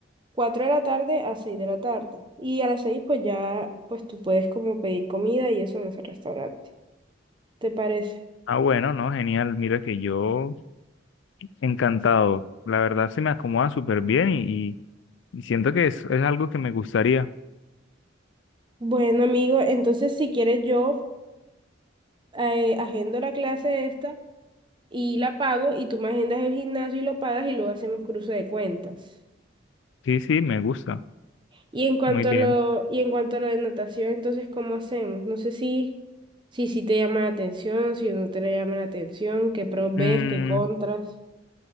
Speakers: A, on the right; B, on the left.
A: 4 de la tarde a 6 de la tarde. Y a las 6 pues ya pues tú puedes como pedir comida y eso en ese restaurante. ¿Te parece?
B: Ah, bueno, no, genial. Mira que yo encantado. La verdad se me acomoda súper bien y Y siento que es, es algo que me gustaría.
A: Bueno, amigo, entonces si quieres yo eh, agendo la clase esta y la pago y tú me agendas el gimnasio y lo pagas y luego hacemos cruce de cuentas.
B: Sí, sí, me gusta.
A: Y en cuanto
B: Muy bien.
A: a lo, y en cuanto a la de natación, entonces, ¿cómo hacemos? No sé si, si, si te llama la atención, si no te llama la atención, qué pros ves,
B: Mm,
A: qué contras.